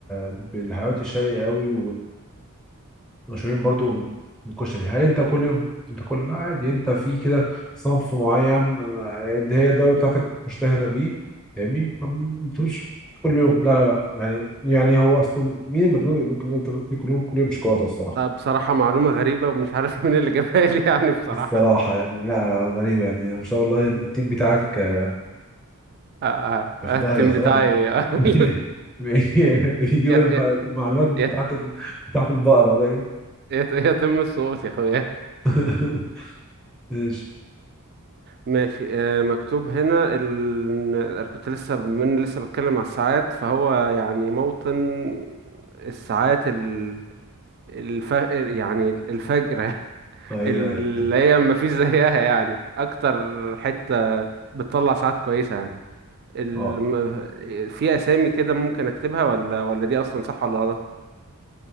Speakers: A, in the centre; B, on the right.
A: بالحلويات الشرقي قوي مشهورين برضو بالكشري هل انت كل يوم انت كل لا عادي انت في كده صنف معين آه، ده هي الدولة بتاعتك مشتهرة بيه فاهمني ما بتقولش كل يوم لا لا لا يعني يعني هو اصلا مين المجنون اللي ممكن يفضل ياكل كل يوم كل يوم شوكولاتة الصراحة
B: بصراحة معلومة غريبة ومش عارف مين اللي جابها لي يعني بصراحة
A: الصراحة يعني لا لا، غريبة يعني ما شاء الله التيم بتاعك آه،
B: آه، آه، آه،
A: في داهية
B: التيم
A: خالص
B: بتاعي <laughs>
A: <laughs> يجيب
B: يت-
A: الم-
B: يت-
A: المعلومات من
B: يت-
A: تحت من تحت البقرة باين
B: يت- يتم السقوط يا اخويا
A: <laughs> ماشي
B: ماشي آه، مكتوب هنا ال... أنا كنت لسه من لسه بتكلم على الساعات فهو يعني موطن الساعات ال... الف... يعني الفجرة <laughs>
A: ايوه
B: اللي هي ما فيش زيها يعني اكتر حتة بتطلع ساعات كويسة يعني الم...
A: اه
B: في اسامي كده ممكن اكتبها ولا ولا دي اصلا صح ولا غلط